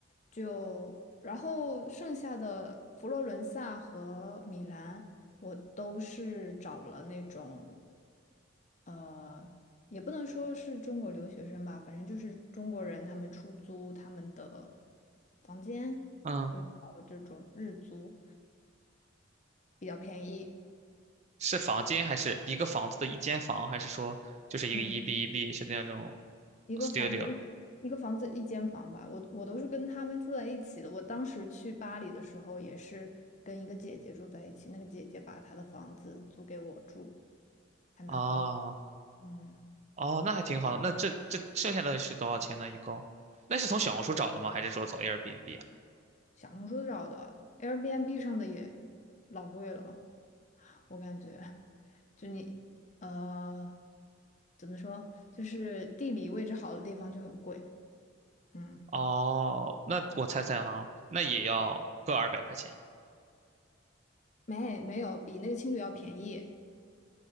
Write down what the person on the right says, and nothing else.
嗯。
是房间还是一个房子的一间房，还是说就是一个一
B 一 B 是那种
studio
啊？
哦，那还挺好的。那这这剩下的是多少钱呢？一共？那是从小红书找的吗？还是说从 Airbnb 啊？
哦，那我猜猜哈，那也要个二百块钱。